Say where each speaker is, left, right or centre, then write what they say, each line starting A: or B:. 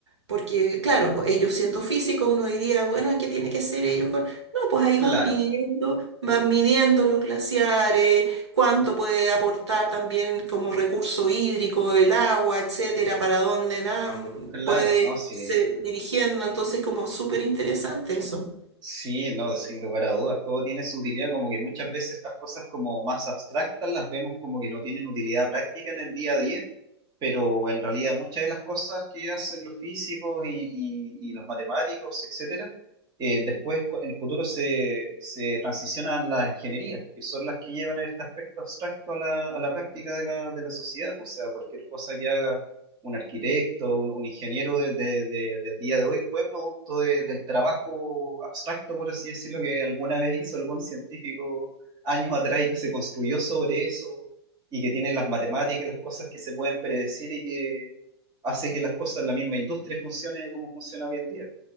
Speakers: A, on the right (about 85°); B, on the right (about 30°).
A: Porque, claro, pues ellos siendo físicos, uno diría, bueno, ¿qué tiene que ser ellos con...? No, pues ahí
B: claro,
A: van midiendo, van midiendo los glaciares, cuánto puede aportar también como recurso hídrico, el agua, etcétera, para dónde na,
B: claro,
A: puede
B: no, sí,
A: irse dirigiendo. Entonces, como súper interesante eso.
B: sí, no, sin lugar a dudas, todo tiene su utilidad, como que muchas veces estas cosas como más abstractas las vemos como que no tienen utilidad práctica en el día a día, pero en realidad muchas de las cosas que hacen los físicos y, y- y los matemáticos, etcétera, eh, después co- en el futuro se, se transicionan a las ingenierías, que son las que llevan este aspecto abstracto a la, a la práctica de la, de la sociedad, o sea, cualquier cosa que haga un arquitecto, un, un ingeniero de- de- de- del día de hoy fue producto de- del trabajo abstracto, por así decirlo, que alguna vez hizo algún científico años atrás y que se construyó sobre eso y que tiene las matemáticas, las cosas que se pueden predecir y que hace que las cosas, la misma industria funcione como funciona hoy en día.